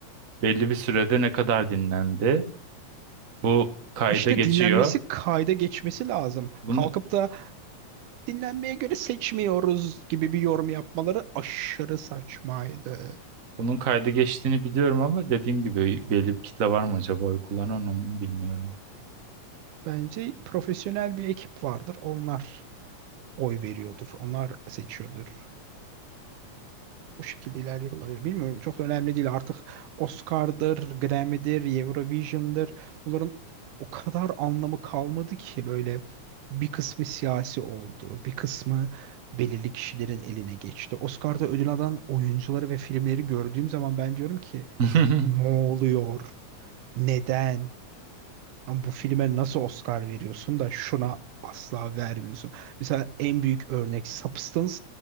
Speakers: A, on the right; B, on the right.
A: belli bir sürede ne kadar dinlendi Bu kayda
B: İşte
A: geçiyor.
B: dinlenmesi kayda geçmesi lazım.
A: Bunu
B: Kalkıp da dinlenmeye göre seçmiyoruz gibi bir yorum yapmaları aşırı saçmaydı.
A: bunun kayda geçtiğini biliyorum ama dediğim gibi belli bir kitle var mı acaba oy kullanan onu bilmiyorum.
B: Bence profesyonel bir ekip vardır. Onlar oy veriyordur. Onlar seçiyordur. Bu şekilde ilerliyor olabilir. Bilmiyorum çok da önemli değil artık Oscar'dır, Grammy'dir, Eurovision'dır. Bunların o kadar anlamı kalmadı ki böyle bir kısmı siyasi oldu, bir kısmı belirli kişilerin eline geçti. Oscar'da ödül alan oyuncuları ve filmleri gördüğüm zaman ben diyorum ki
A: <laughs>
B: ne oluyor? Neden? Ama bu filme nasıl Oscar veriyorsun da şuna asla vermiyorsun. Mesela en büyük örnek Substance